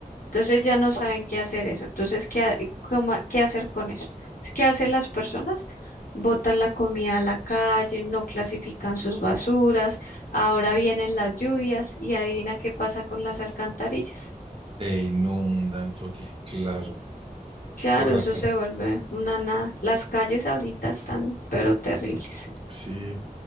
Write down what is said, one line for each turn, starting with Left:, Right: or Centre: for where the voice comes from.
Left: Entonces ya no saben qué hacer eso. Entonces, ¿qué, ha- cómo- qué hacer con eso? ¿Qué hacen las personas? Botan la comida a la calle, no clasifican sus basuras, ahora vienen las lluvias y adivina qué pasa con las alcantarillas.
Right: te inundan porque, claro,
Left: Claro,
Right: por la,
Left: eso
Right: ca-
Left: se vuelve una nada. Las calles ahorita están, pero terribles.
Right: Sí,